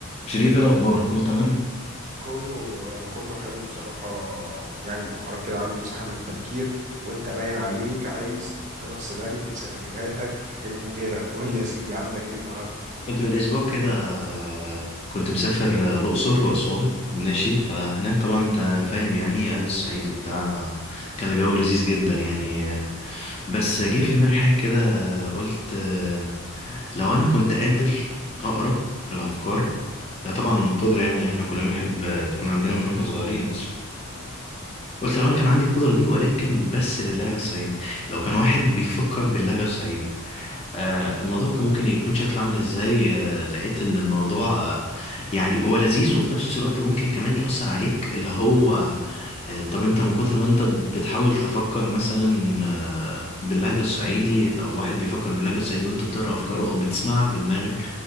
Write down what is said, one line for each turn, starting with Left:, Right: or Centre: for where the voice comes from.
Left: شريف إيه الأخبار كله تمام
Right: كله كله حلو بصراحة يعني مؤخرا كده عندي مساحة من التفكير وانت باين عليك عايز تحطنا في سيناريو من سيناريوهاتك المبهرة قول لي يا سيدي عندك ايه النهاردة
Left: كنت من اسبوع كده آه، كنت مسافر آه، الاقصر واسوان ماشي فهناك طبعا انت فاهم يعني اهل الصعيد وبتاع كان الجو لذيذ جدا يعني بس جه في دماغي حاجه كده آه، قلت آه، لو انا كنت قادر اقرا الافكار ده طبعا قدره يعني احنا كلنا بنحب آه، تكون عندنا من واحنا صغيرين اصلا
Right: مم.
Left: قلت لو انا كان عندي القدره دي ولكن بس للهجه الصعيدي لو كان واحد بيفكر باللهجه الصعيدي آه، الموضوع كان ممكن يكون شكله عامل ازاي آه، لقيت ان الموضوع آه، يعني هو لذيذ وفي نفس الوقت ممكن كمان يأثر عليك اللي هو آه، طب انت من كتر ما انت بتحاول تفكر مثلا آه، باللهجة الصعيدي او واحد بيفكر باللهجة الصعيدي وانت بتقرأ افكاره او بتسمعها في دماغك